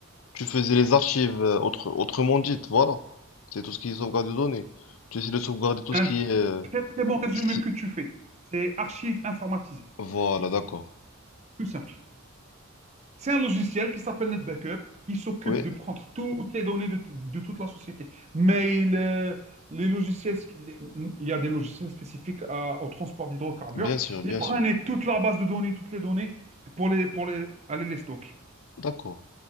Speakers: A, on the left; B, on the right.
A: Tu faisais les archives, euh, autre, autrement dites, voilà. C'est tout ce qui est sauvegarde de données. Tu essaies de sauvegarder tout
B: Un
A: ce qui est... euh,
B: Très, très bon résumé
A: si-
B: que tu fais. C'est archives informatisées,
A: Voilà, d'accord.
B: tout simple. C'est un logiciel qui s'appelle NetBackup, qui s'occupe
A: Oui,
B: de prendre toutes les données de, de toute la société. Mail, euh, les logiciels, les- il y a des logiciels spécifiques à- au transport d'hydrocarbures.
A: bien sûr, bien
B: Ils prenaient
A: sûr.
B: toute la base de données, toutes les données, pour les, pour les, aller les stocker.
A: D'accord.